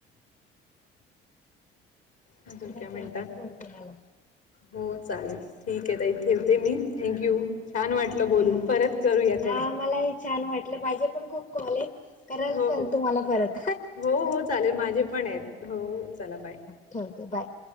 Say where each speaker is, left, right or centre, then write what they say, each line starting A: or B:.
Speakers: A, on the left; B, on the left.
A: आणि
B: तुम्हाला
A: काय म्हणता हो चालेल ठीक आहे ताई ठेवते मी थँक्यू छान वाटलं बोलून
B: हा
A: परत करू याकडे
B: हा मला हे छान वाटलं माझे पण खूप कॉलेज कराल
A: हो
B: पण
A: हो
B: तुम्हाला परत
A: हो हो चालेल माझे पण आहेत हो चला बाय
B: ते आहे बाय